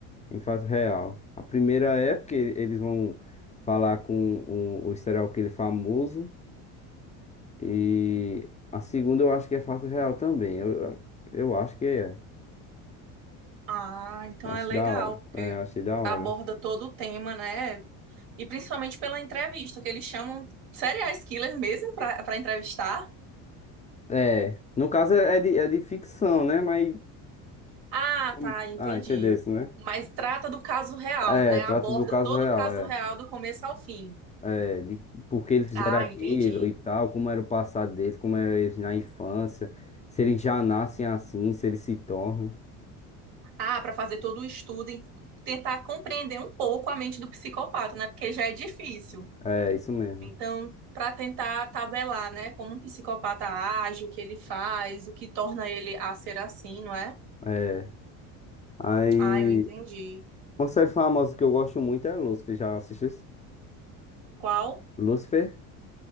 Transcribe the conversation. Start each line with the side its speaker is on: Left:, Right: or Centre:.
Left: é em fato real. A primeira é porque eles vão falar com o, o serial killer famoso. E a segunda eu acho que é fato real também. Eu, eu acho que é.
Right: Ah, então
Left: Acho
Right: é legal,
Left: da hora.
Right: porque
Left: É, eu achei da hora.
Right: aborda todo o tema, né? E principalmente pela entrevista, que eles chamam serial killer mesmo para para entrevistar.
Left: É. No caso é é de, é de ficção, né? Mas.
Right: Ah,
Left: como-
Right: tá, entendi.
Left: Ah, entendeu isso, né?
Right: Mas trata do caso real,
Left: É,
Right: né?
Left: trata
Right: Aborda
Left: do caso
Right: todo
Left: real,
Right: o caso
Left: é.
Right: real do começo ao fim.
Left: É, de por que eles fizeram
Right: Ah,
Left: aquilo
Right: entendi.
Left: e tal, como era o passado deles, como eram eles na infância, se eles já nascem assim, se eles se tornam.
Right: Ah, para fazer todo o estudo e tentar compreender um pouco a mente do psicopata, né? Porque já é difícil.
Left: É, isso mesmo.
Right: Então, para tentar tabelar, né, como um psicopata age, o que ele faz, o que torna ele a ser assim, não é?
Left: É. Aí,
Right: Ah, eu entendi.
Left: uma série famosa que eu gosto muito é Lucifer. Já assistiu?
Right: Qual?
Left: Lucifer?